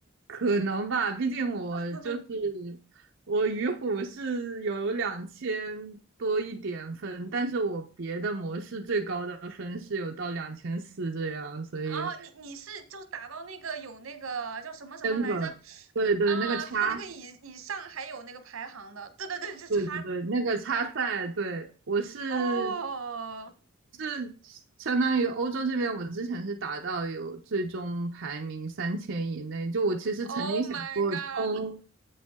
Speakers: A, on the right; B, on the right.
A: 可能吧，毕竟我就是我鱼虎是有两千多一点分，
B: <laughs>
A: 但是我别的模式最高的分是有到两千四这样，所以
B: 啊，你你是就打到那个有那个叫什么什么来着？
A: 真个对对，
B: 啊，
A: 那个差，
B: 他那个以以上还有那个排行的，对对对，就差
A: 对对对，那个差赛，对，我是
B: 哦
A: 是相当于欧洲这边，我之前是打到有最终排名三千以内，就我其实曾经想过冲。
B: ，Oh my god！